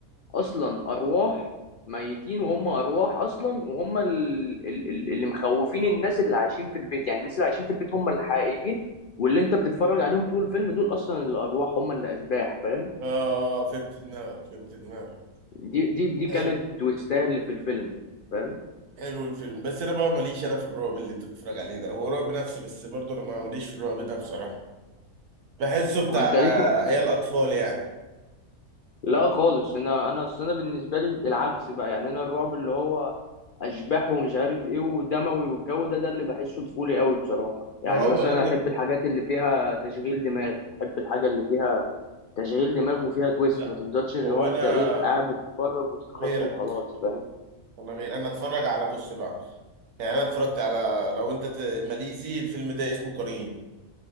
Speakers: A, on the left; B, on the right.
A: اصلا ارواح ميتين وهم ارواح اصلا وهم ال- ال- ال- اللي مخوفين الناس اللي عايشين في البيت يعني الناس اللي عايشين في البيت هم الحقيقيين واللي انت بتتفرج عليهم طول الفيلم دول اصلا الارواح هم اللي اشباح فاهم
B: اه فهمت دماغك فهمت دماغك
A: دي دي دي كانت
B: حلو
A: التويستايه اللي في الفيلم فاهم
B: حلو الفيلم بس انا بقى ماليش انا في الرعب اللي انت بتتفرج عليه ده هو رعب نفسي بس برضه انا ما ماليش في الرعب ده بصراحه بحسه بتاع
A: انت ليك
B: آه، عيال اطفال يعني
A: لا خالص انا انا اصل انا بالنسبه لي العكس بقى يعني انا الرعب اللي هو اشباح ومش عارف ايه ودموي والجو ده ده اللي بحسه طفولي قوي بصراحه يعني
B: ما هو
A: مثلا
B: اللي انت
A: احب
B: ب...
A: الحاجات اللي فيها تشغيل دماغ احب الحاجه اللي فيها تشغيل دماغ وفيها تويست
B: لا
A: ما تفضلش اللي
B: هو
A: هو
B: انا
A: انت ايه قاعد بتتفرج وتتخض
B: غيرك
A: وخلاص فاهم
B: انا غير انا اتفرج على بص بقى يعني انا اتفرجت على لو انت ت... ماليزي الفيلم ده اسمه قرين